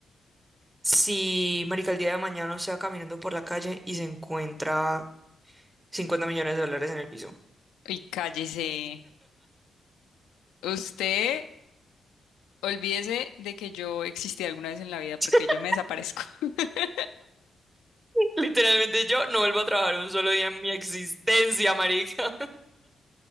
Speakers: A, on the right; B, on the left.
A: si, marica, el día de mañana usted va caminando por la calle y se encuentra 50 millones de dólares en el piso.
B: Y cállese. Usted, olvídese de que yo existí alguna vez en la vida porque
A: <laughs>
B: yo me desaparezco <laughs>
A: Literalmente yo no vuelvo a trabajar un solo día en mi existencia, marica.